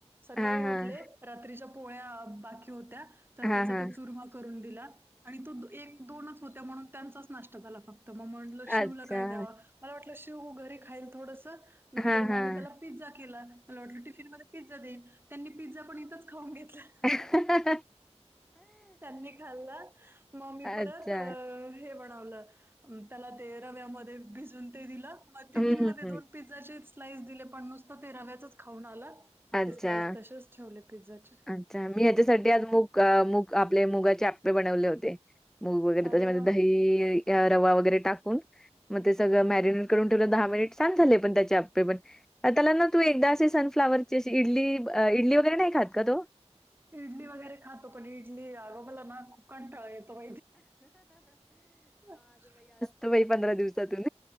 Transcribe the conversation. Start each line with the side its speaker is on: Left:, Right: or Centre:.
Right: सकाळी
Centre: हां,
Right: उठले
Centre: हां.
Right: रात्रीच्या पोळ्या बाकी होत्या तर
Centre: हां,
Right: त्याचा
Centre: हां.
Right: ते चुरम करून दिला आणि तो एक दोनच होत म्हणून त्यांचाच नाष्टा झाला फक्त मग म्हणलं
Centre: अच्छा.
Right: शिवला काय द्यावा, मला वाटलं शिव घरी खाईल थोडस नंतर
Centre: हां,
Right: मग
Centre: हां.
Right: मी त्याला पिझ्झा केला मला वाटल टिफिन मध्ये पिझ्झा देईन त्यांनी पिझ्झा पण इथंच खाऊन घेतला.
Centre: <unintelligible>
Right: त्यांनी खाल्लं मग ममी
Centre: अच्छा.
Right: परत हे बनवलं त्याला ते रव्यामध्ये भिजून ते दिलं मग टिफिन
Centre: हं, हं,
Right: मध्ये
Centre: हं.
Right: दोन पिझ्झाचे स्लाईस दिले पण नुसत ते रव्याचच खाऊन आला
Centre: अच्छा,
Right: ते स्लाईस तसेच ठेवले पिझ्झाचे.
Centre: अच्छा मी ह्याच्यासाठी आज मूग मग आपले मुगाचे आपे बनवले होते. मूग वगैरे
Right: अरे
Centre: त्याच्यामध्ये
Right: वा
Centre: दही, रवा वगैरे टाकून मग ते सगळं मॅरिनेट करून ठेवलं दहा मिनिट छान झाले पण त्याचे आप्पे पण त्याला ना तू एकदा असे सनफ्लावरची अ शी इडली इडली वगैरे नाही खात का तो?
Right: इडली वगैरे खातो पण इडली <unintelligible> ना खूप कंटाळला येतो. <unintelligible>
Centre: तर बाई पंधरा दिवसातून